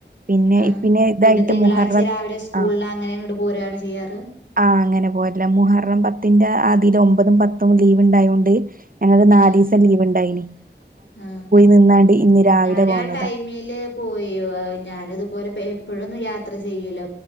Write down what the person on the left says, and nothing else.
ആ
പിന്നെ തിങ്കളാഴ്ച
രാവിലെ സ്കൂളിന
അങ്ങനെ ഇങ്ങ്ട് പോരാണ് ചെയ്യാറ്
ആഹ്
ആഹ്
ഞാനും
ആ ടൈമില് പോയീ ഞാനത് പോലെ എപ്പോഴൊന്നും യാത്ര ചെയ്യൂല്ല